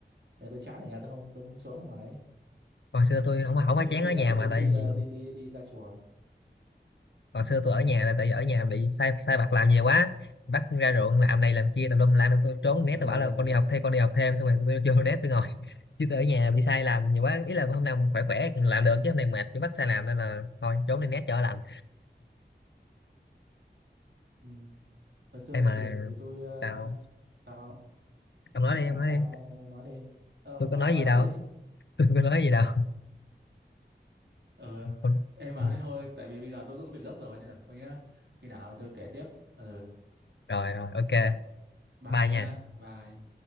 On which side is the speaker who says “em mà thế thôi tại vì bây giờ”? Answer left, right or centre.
Right